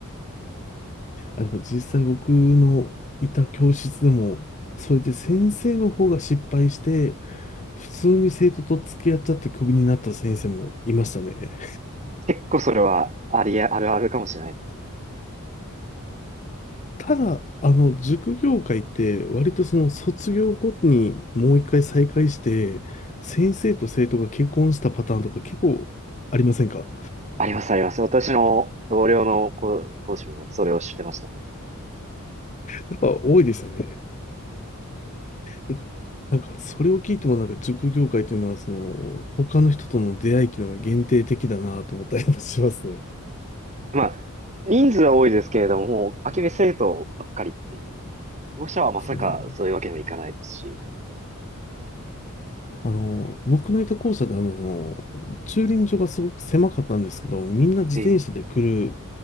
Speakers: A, on the left; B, on the right.
A: あ、でも実際僕のいた教室でも、それで先生の方が失敗して、普通に生徒と付き合っちゃってクビになった先生もいましたね。
B: 結構それはありあ、あるあるかもしれないです。
A: ただ、あの、塾業界って割とその卒業後にもう一回再開して、先生と生徒が結婚したパターンとか結構ありませんか
B: あります、あります。私の同僚の講講師もそれを知ってましたね。
A: やっぱ多いですよね。てかなんか、それを聞いてもなんか塾業界というのは、その、他の人との出会いっていうのが限定的だなと思ったりもしますね。で
B: まあ、人数は多いですけれども、もう、空き部生徒ばっかりっていう。保護者はまさかそういうわけにはいかないですし。
A: すね。あの、僕のいた校舎であの、駐輪場がすごく狭かったんですけど、みんな自転車で来る
B: ええ、